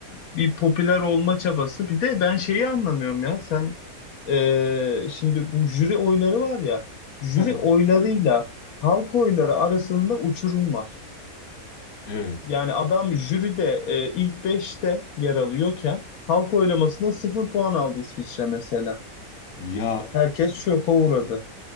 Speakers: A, on the left; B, on the left.
A: bir popüler olma çabası. Bir de ben şeyi anlamıyorum ya sen e, şimdi bu jüri oyları var ya jüri
B: <laughs>
A: oylarıyla halk oyları arasında uçurum var.
B: Evet.
A: Yani adam jüride e, ilk beşte yer alıyorken halk oylamasında sıfır puan aldı İsviçre mesela.
B: Ya
A: Herkes şoka uğradı.